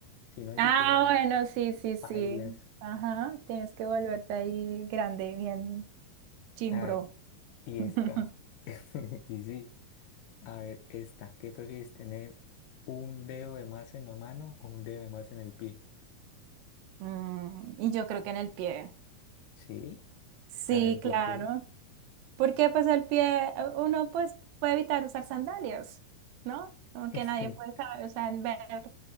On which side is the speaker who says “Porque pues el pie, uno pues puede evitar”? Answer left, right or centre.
Right